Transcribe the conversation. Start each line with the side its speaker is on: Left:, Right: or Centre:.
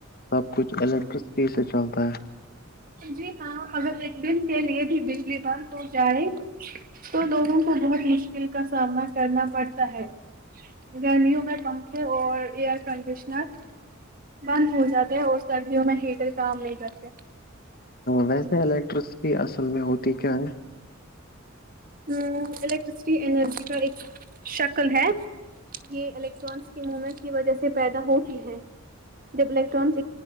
Left: سب کچھ الیکٹرسٹی سے چلتا ہے
Right: جی ہاں اگر ایک دن کے لیے بھی بجلی بند ہو جائے تو لوگوں کو بہت مشکل کا سامنا کرنا پڑتا ہے گرمیوں میں پنکھے اور ایئر کنڈیشنر بند ہو جاتے ہے اور سردیوں میں ہیٹر کام لے جاتے
Left: ویسے الیکٹرسٹی اصل میں ہوتی کیا ہے
Right: ا الیکٹرسٹی اینرجی کا ایک شکل ہے یہ الیکٹرانس کی مومنٹس کی وجہ سے پیدا ہوتی ہے جب الیکٹرانس